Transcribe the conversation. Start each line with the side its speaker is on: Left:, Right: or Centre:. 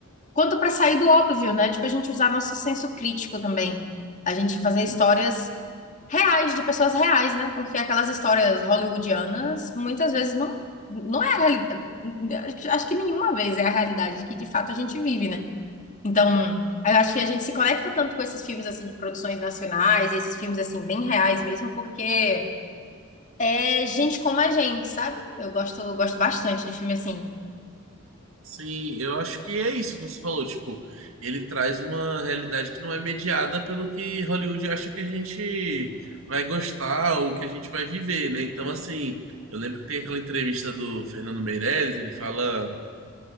Left: Quanto para sair do óbvio, né? Tipo, a gente usar nosso senso crítico também. A gente fazer
Right: e-
Left: histórias reais, de pessoas reais, né? Porque aquelas histórias hollywoodianas muitas vezes não, não é a realidade. Acho que nenhuma vez é a realidade que de fato a gente vive, né? Então, eu acho que a gente se conecta tanto com esses filmes assim de produções nacionais e esses filmes assim bem reais mesmo, porque é gente como a gente, sabe? Eu gosto, gosto bastante de filme assim.
Right: Sim, eu acho que é isso que você falou, tipo, ele traz uma realidade que não é mediada pelo que Hollywood acha que a gente vai gostar ou que a gente vai viver, né? Então, assim, eu lembro que tem aquela entrevista do Fernando Meirelles, ele fala